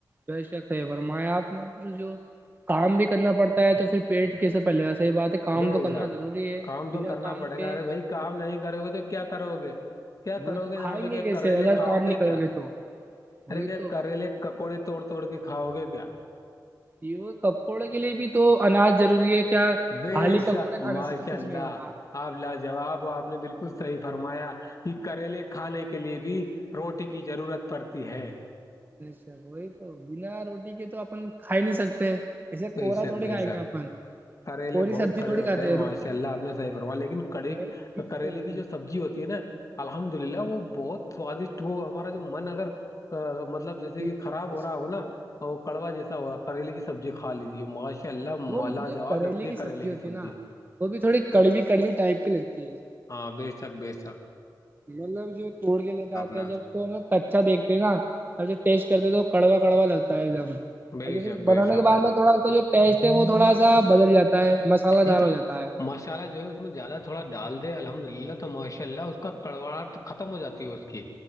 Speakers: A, on the right; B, on the left.
A: بے شک ہے فرمایا آپ نے پھر جو کام بھی کرنا پڑتا ہے تو پھر پیٹ کیسے پہےاح بات ہے کام
B: بجا
A: تو کرنا ضروری ہے
B: کام تو
A: بنا
B: کرنا
A: کام
B: پڑے
A: کے
B: گا ارے بھائی کام نہیں کرو گے تو کیا کرو گے کیا
A: وہی
B: کرو
A: تو
B: گے یہاں
A: کھائیں
B: پہ کہ
A: کیسے
B: کریلے
A: اگر
B: کھاؤ
A: کام نہیں
B: گے
A: کرو
B: کیا
A: تو وہی
B: ارے کہ
A: تو
B: کریلے ککوڑے توڑ توڑ کے کاؤ گے کیا
A: یہ وہ پکوڑے کے لیے بھی تو اناج ضروری ہے کیا
B: بےثکمار
A: خالی پکوڑے کھانے سے تو
B: کے
A: کچھ
B: اللہ
A: نہیں ہوگا
B: آپ لاجاب ہو آپ نے بالکل صحیح فرمایا یہ کریلے کھانے کے لیے بھی روٹی کی ضرورت پڑتی ہے
A: چھا وہی تو بنا روٹی کے تو اپن کھائی نہیں سکتے جسے
B: بے
A: کورا
B: شک
A: تھوڑی
B: بے
A: کھائیں
B: شک
A: گے اپن
B: کریلے
A: کوری
B: بہت
A: سبزی
B: کڑے
A: تھوڑی
B: ہوتے
A: کھاتے
B: ہیں ماشاء
A: روٹی سے
B: اللہ
A: تو کھاتے
B: آپ نے صحیح
A: ہیں
B: فرما لیکن کڑی
A: مین چیز
B: کریلے
A: تو روٹی
B: کی جو
A: ہوتی
B: سبزی ہوتی ہے نا الحمد للہ وہ بہت سوادشٹ وہ ہمارا جو من اگر مطلب
A: ہے۔
B: جیسے
A: جی
B: کہ خراب ہو
A: جی
B: رہا ہو نا وہ کڑوا جیسا ہوا کریے کی سبزی کا لیجیے ماش ان شاء اللہ
A: وہ
B: مالا
A: مجھے
B: جواب لگتی ہے کریلے کی
A: ہوتی
B: سبزی
A: ہے نا وہ بھی تھوڑی کڑوی کڑوی ٹائپ کی لگتی ہے
B: ہاں بے شک بے سک <unintelligible>
A: مطلب جو توڑ کے لے کے آتے
B: نے
A: ہیں جب تو ہم کچا دیکھتے ہیں نا اور ٹیسٹ کرتے ہیں تو کڑوا کڑوا لگتا ہے ایک دم <unintelligible>
B: بے
A: اور جی
B: شک
A: بنان
B: بے شک
A: کے بعد تھوڑا اس کا جو ٹیسٹ ہے وہ تھوڑا سا بدل جاتا ہے مسالہ
B: جی
A: دار
B: تھوڑا
A: ہو جاتا ہے
B: مصالحہ جو ہے اس میں زیادہ تھوڑا ڈال دے الحمد للہ تو ماشاء اللہ اس کا کڑواڑ ختم ہو جاتی ہے اس کی